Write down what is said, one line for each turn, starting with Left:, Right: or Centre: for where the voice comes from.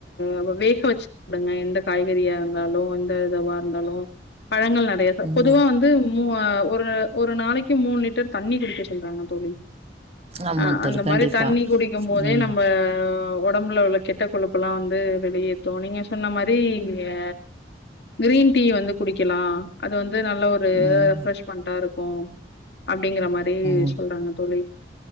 Left: அப்ப வேக வச்சு குடுங்க எந்த காய்கறியா இருந்தாலு எந்த இதுவா இருந்தாலு பழங்கள் நெறைய சாப் பொதுவா
Right: ம்
Left: வந்து மூவா ஒரு ஒரு நாளைக்கு மூணு லிட்டர் தண்ணி குடிக்க சொல்றாங்க தோழி
Right: ஆமா
Left: ஆ
Right: தோழி
Left: அந்த மாரி
Right: கண்டிப்பா
Left: தண்ணி குடிக்கும் போதே
Right: ம்
Left: நம்ப உடம்புல உள்ள கெட்ட கொழுப்பெல்லா வந்து வெளியேத்து நீங்க சொன்ன மாரி ஏ கிரீன் டீ வந்து குடிக்கலா அது வந்து நல்ல ஒரு
Right: ம்
Left: ரெஃப்ரெஷ் பண்டா இருக்கு அப்டீங்கிற மாரி
Right: ம்
Left: சொல்றாங்க தோழி